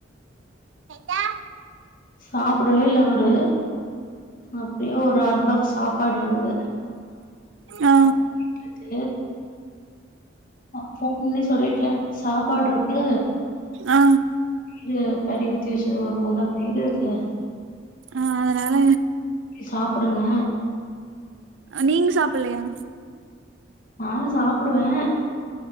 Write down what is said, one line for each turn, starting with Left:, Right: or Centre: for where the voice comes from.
Right: <unintelligible>
Left: சாப் படவே இல்ல அவுரு அப்டியே ஒரு ஹாட் பாக்ஸ் சாப்பாடு இருக்குது
Right: ஆ
Left: <inaudible> ஃபோன் பண்ணி சொல்லிட்டே சாப்பாடுருக்கு
Right: ஆ
Left: இது பெறை ஊத்தி வச்சது ஒரு குண்டா தயிரு இருக்கு
Right: ஆ அதனால
Left: சாப்புடுங்க
Right: நீங்க சாப்டலையா
Left: நானு சாப்புடுவே